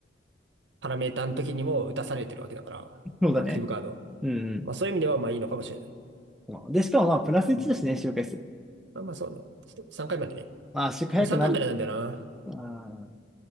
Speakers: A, on the right; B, in the centre.
A: パラメーターの時にも打たされてるわけだから、
B: そうだね。
A: アクティブカード
B: うん。
A: まあ、そういう意味では、まあ、いいのかもしれない。
B: うんで、しかもまあ、プラス1だしね、周回数。
A: まあ、まあ、そうね。3回までね。
B: まあ、周回速くなる。
A: これ3回までなんだよな。
B: あ